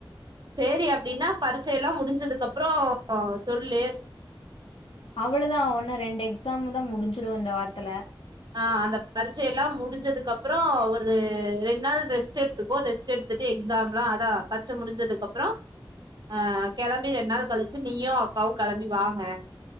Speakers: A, on the right; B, on the left.
A: சேரி அப்டினா பரிட்சை எல்லா முடிஞ்சதுக்கு அப்பறோ சொல்லு
B: அவ்ளோதாவுன்னு ரெண்டு எக்ஸாம்தா முடிஞ்சிடு இந்த வாரத்துல
A: ஆ அந்த பரீட்சையெல்லா முடிஞ்சதுக்கு அப்பறோ ஒரு ரெண் நாள் ரெஸ்ட் எடு துக்கோ ரெஸ்ட் எடுத்துட்டு எக்ஸாம்ல்லா அதா பரிச்ச முடிஞ்சதுக்கு அப்பறோ ஆ கெளம்பி ரெண் நாள் கழிச்சு நீயும் அக்காவு கெளம்பி வாங்க